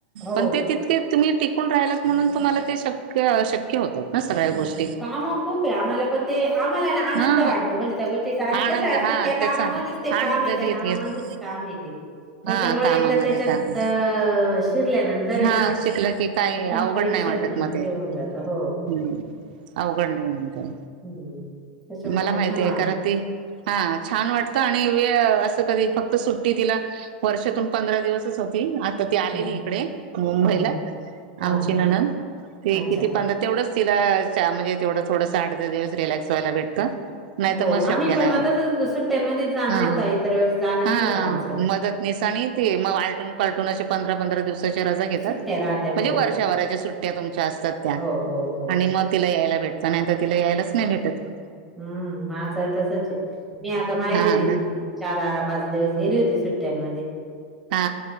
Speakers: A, in the centre; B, on the right.
A: हो.
B: पण ते तितके तुम्ही टिकून राहिलात म्हणून तुम्हाला ते शक्य शक्य होत ना. सगळ्या गोष्टी
A: कामं खूप आहे आम्हाला पण ते आम्हालानां आनंद
B: हा
A: वाटतो.... म्हणजे त्या गोष्टीचा,,, आणि
B: आनंद
A: कसं
B: हा
A: असतं त्या
B: त्याचा
A: कामामध्येच ते
B: आनंद
A: काम आहे त्या
B: घेत
A: कामामध्येच
B: घेत
A: काम य ते.. त्याच्यामुळे
B: हा कामामध्ये
A: एकदा त्याच्यात
B: काम
A: अऽऽऽ शिरल्यानंतर आहे
B: हा
A: ना
B: शिकलं की काय
A: एकदम
B: अवघड
A: टेनश..
B: नाही वाटत
A: शन
B: मग
A: फ्री
B: ते
A: होऊन जात हो..
B: हम्म अवघड नाही,,,,
A: हं. त्याच्यामुळे
B: मला
A: मग
B: माहिती
A: छान वाटतं.
B: आहे कारण ती,,,, हा छान वाटत आणि वे असं कधी फक्त सुटऽऽऽ टी तिला वर्षातून पंधरा दिवसच होती. तर ती आलेली
A: हो,
B: इकडे, मुंबईला,,
A: हो, हो. हां,
B: आमची
A: हां.
B: ननंद ते
A: अच्छा.
B: किती पंधरा तेवढंच... तिला म्हणजे तेवढं थोडसं आठ, धा दिवस रिलॅक्स वायला भेटतं... नाही
A: हो,
B: तर मग शक्य
A: आम्ही पण
B: नाही
A: मग
B: होत,,,
A: तसंच होतं सुट्ट्यांमध्येच जाणं
B: ह
A: होतं, इतर वेळेस जाणं
B: हा
A: नाही होतं आमचं पण.
B: मदतनीस,,, ठिकाणी ते मग आलटून पलटून अशे पंधरा.. पंधरा रजा घेतात,,,
A: सुट्ट्या राहत्या.
B: म्हणजे
A: हो,
B: वर्षाभराच्या
A: हो.
B: सुट्ट्या तुमच्या असतात त्या.
A: हो, हो, हो.
B: आणि मग तिला यायला भेटतं, नाही तर तिला यायलाच नाही भेटतं....
A: हम्म,, माझं आहे तसच आहे, मी आता माहेर
B: हा
A: ये तीनचाऽऽ
B: ना
A: ारा पाच दिवस गेले होते सुट्ट्यांमध्ये.
B: हा